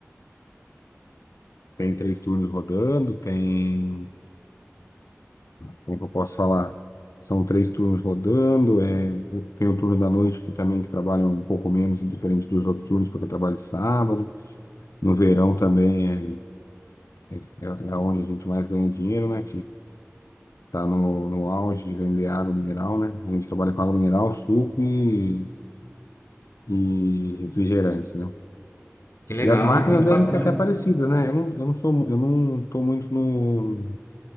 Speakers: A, on the left; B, on the left.
A: Tem três turnos rodando, tem, como que eu posso falar? São três turnos rodando, é, o- tem o turno da noite que também que trabalha um pouco menos, diferente dos outros turnos, porque trabalha de sábado. No verão também é, é, é onde a gente mais ganha dinheiro, né? tá no, no auge de vender água mineral, né? A gente trabalha com água mineral, suco e, e refrigerantes, né?
B: Que legal,
A: E as máquinas
B: muito
A: devem
B: bacana.
A: ser até parecidas, né? Eu não, eu não sou, eu não tô muito no,